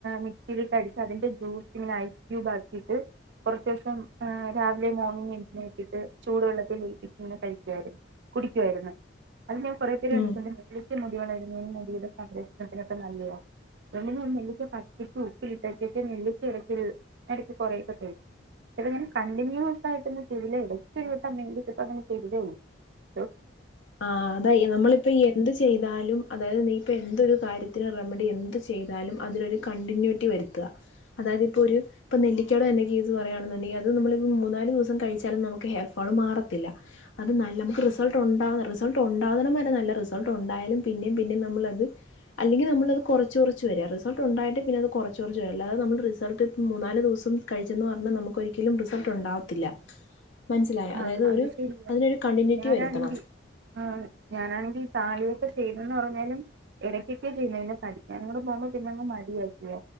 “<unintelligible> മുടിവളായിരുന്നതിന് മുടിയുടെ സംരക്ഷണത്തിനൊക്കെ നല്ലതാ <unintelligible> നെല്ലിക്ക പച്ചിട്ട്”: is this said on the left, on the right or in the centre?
Right